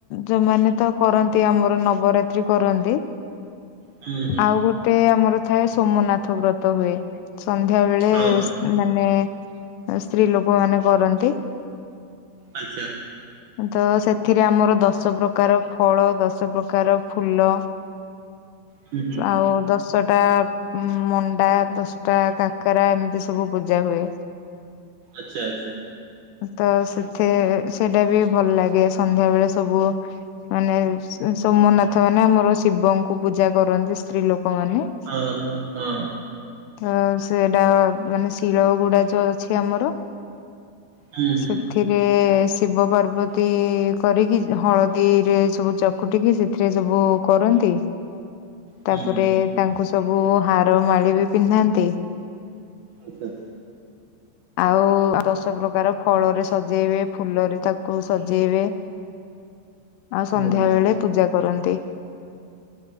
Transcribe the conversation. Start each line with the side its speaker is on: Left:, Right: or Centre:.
Left: ଯୋଉମାନେ ତ କରନ୍ତି ଆମର ନବରାତ୍ରି କରନ୍ତି।
Right: ହୁଁ ହୁଁ
Left: ଆଉ ଗୋଟେ ଆମର ଥାଏ ସୋମନାଥ ବ୍ରତ ହୁଏ। ସନ୍ଧ୍ୟା ବେଳେ
Right: ହଁ ହଁ
Left: ସେ ମାନେ ସ୍ତ୍ରୀ ଲୋକ ମାନେ କରନ୍ତି।
Right: ଆଚ୍ଛା।
Left: ତ ସେଥିରେ ଆମର ଦଶ ପ୍ରକାର ଫଳ, ଦଶ ପ୍ରକାର ଫୁଲ।
Right: ହୁଁ ହୁଁ
Left: ଆଉ ଦଶ୍ ଦଶଟା ମଣ୍ଡା, ଦଶଟା କାକରା ଏମିତି ସବୁ ପୂଜା ହୁଏ।
Right: ଆଚ୍ଛା ଆଚ୍ଛା।
Left: ତ ସେଥି ସେଇଟା ବି ଭଲ ଲାଗେ ସନ୍ଧ୍ୟା ବେଳେ ସବୁ ମାନେ ସୋମନାଥ ମାନେ ଆମର ଶିବଙ୍କୁ ପୂଜା କରନ୍ତି ସ୍ତ୍ରୀ ଲୋକମାନେ।
Right: ହଁ ହୁଁ ହୁଁ।
Left: ତ ସେଟା ମାନେ ଶିଳ ଗୁଡ଼ା ଯୋଉ ଅଛି ଆମର।
Right: ହୁଁ
Left: ସେଠି।
Right: ହୁଁ
Left: ଏଥିରେ ଶିବ ପାର୍ବତୀ କରିକି ହଳଦୀରେ ସବୁ ଚକୁଟିକି ସେ ସେଥିରେ ସବୁ କରନ୍ତି।
Right: ହୁଁ
Left: ତାପରେ
Right: ହୁଁ
Left: ତାଙ୍କୁ ସବୁ ହାର ମାଳି ବି ପିନ୍ଧାନ୍ତି।
Right: ଆଚ୍ଛା।
Left: ଆଉ---ଆ ଦଶ ପ୍ରକାର ଫଳରେ ସଜେଇବେ। ଫୁଲରେ ତାକୁ ସଜେଇବେ। ଆଉ ସନ୍ଧ୍ୟା
Right: ହୁଁ।
Left: ବେଳେ ପୂଜା କରନ୍ତି।